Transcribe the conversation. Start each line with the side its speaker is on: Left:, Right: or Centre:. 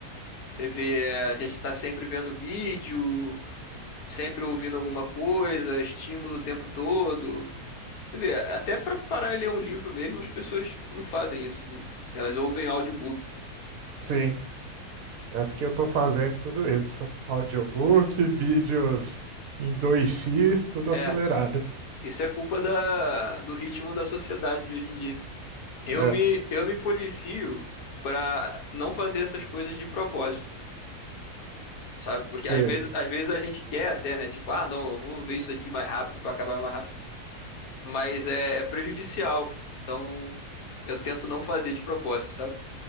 Left: Você vê, é, a gente tá sempre vendo vídeo, sempre ouvindo alguma coisa, estímulo o tempo todo. Você vê, até para parar e ler um livro mesmo, as pessoas não fazem isso. Elas ouvem audiobook.
Right: Sim, essa que eu tô fazendo tudo isso. Audiobook, vídeos em dois x tudo acelerado.
Left: É, isso é culpa da, do ritmo da sociedade de hoje em dia. Eu
Right: É,
Left: me, eu me policio pra não fazer essas coisas de propósito, sabe? Porque
Right: sim.
Left: às vezes, às vezes a gente quer até, né? Tipo, ah, não, eu vou ver isso aqui mais rápido pra acabar mais rápido. Mas é, é prejudicial. Então, eu tento não fazer de propósito, sabe?